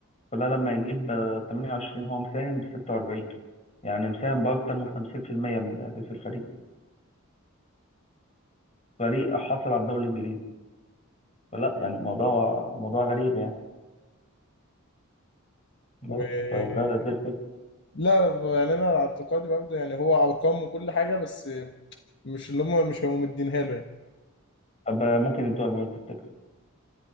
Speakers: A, on the left (about 30°); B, on the left (about 55°).
A: فده لما يجيب آه، 28 هو مساهم ب 46 يعني مساهم باكتر من 50% من تهديف الفريق فريق حصل على الدوري الانجليزي فلا يعني الموضوع موضوع غريب يعني
B: و
A: بس فده دي الفكره
B: لا لا، يعني انا على اعتقادي برضه يعني هو ارقام وكل حاجه بس مش اللي هم مش هم مدينها له يعني
A: طب آه، ممكن يدوها لمين تفتكر؟